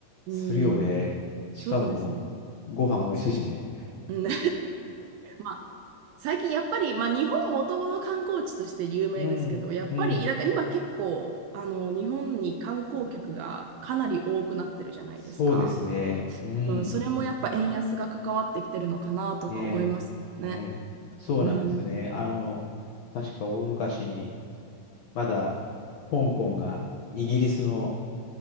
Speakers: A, on the right; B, on the left.
A: うん、
B: するよね。しかもご飯美味しいしね。
A: そうですね。最、うん <laughs> まあ、最近やっぱり、まあ、日本もともと観光地として有名ですけど、
B: うん、
A: やっぱりなんか今結構あの日本に観光客がかなり多くなってるじゃないですか。
B: うん。そうですね。うん。
A: うん、それもやっぱ円安が関わってきてるのかなとか思いますけどね。
B: ねえねえそうなんですね。
A: うん、
B: あの、確か大昔にまだ香港がイギリスの